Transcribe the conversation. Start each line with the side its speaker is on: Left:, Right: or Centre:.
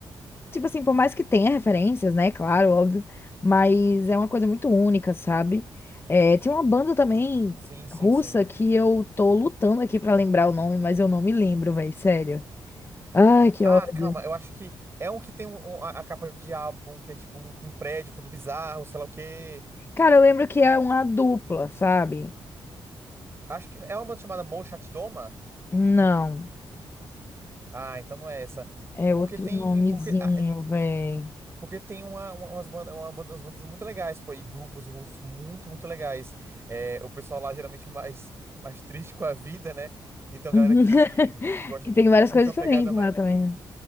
Left: tipo assim, por mais que tenha referências, né? Claro, óbvio, mas é uma coisa muito única, sabe? É, tinha uma banda também
Right: Sim, sim,
Left: russa
Right: sim.
Left: que eu tô lutando aqui pra lembrar o nome, mas eu não me lembro, velho, sério. Ai, que
Right: Ah,
Left: ódio.
Right: calma, eu acho que é um que tem um, um- a, a capa de álbum que é tipo um, um prédio todo bizarro, sei lá o quê.
Left: Cara, eu lembro que é uma dupla, sabe?
Right: Acho que é uma banda chamada Mo Chat Doma?
Left: Não,
Right: Ah, então não é essa.
Left: é
Right: Porque
Left: outro
Right: tem.
Left: nomezinho,
Right: Porque, ah,
Left: véi.
Right: Porque tem uma, uma- umas bandas, uma banda- umas bandas muito legais, pô, e grupos russos muito, muito legais. É, o pessoal lá geralmente é mais, <laughs> mais triste com a vida, né? Então, a
Left: <laughs>
Right: galera que, que gosta,
Left: Que tem várias
Right: curte
Left: coisas
Right: uma pegada
Left: diferentes
Right: mais.
Left: lá também. né?